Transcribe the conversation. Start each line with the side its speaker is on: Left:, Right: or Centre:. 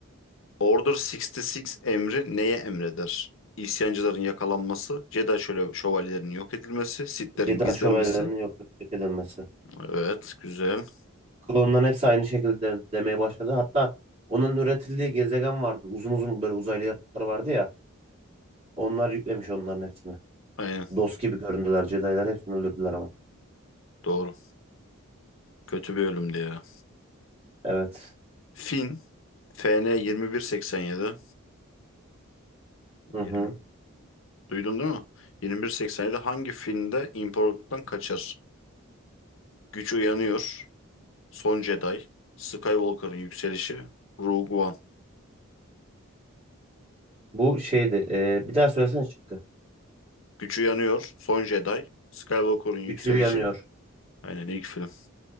Left: Order 66 emri neye emreder? İsyancıların yakalanması, Jedi şöyle şövalyelerinin yok edilmesi, Sith'lerin
Right: Jedi
Left: gizlenmesi.
Right: şövalyelerinin yok yok edilmesi.
Left: Evet, güzel.
Right: Klonların hepsi aynı şekilde demeye başladı. Hatta onların üretildiği gezegen vardı. Uzun uzun böyle uzaylı yatakları vardı ya. Onlar yüklemiş onların hepsini.
Left: Aynen,
Right: Dost gibi göründüler. Jedi'lar hepsini öldürdüler ama.
Left: doğru. Kötü bir ölümdü ya.
Right: Evet.
Left: Finn FN yedi.
Right: Hı
Left: Yirmi.
Right: hı.
Left: Duydun değil mi? Yirmi bir seksen yedi. hangi filmde imparatorluktan kaçar? Güç Uyanıyor, Son Jedi, Skywalker'ın Yükselişi, Rogue One.
Right: Bu şeydi. e, bir daha söylesene çıktı.
Left: Güç Uyanıyor, Son Jedi, Skywalker'ın Yükselişi.
Right: Gücü yanıyor.
Left: Aynen ilk film.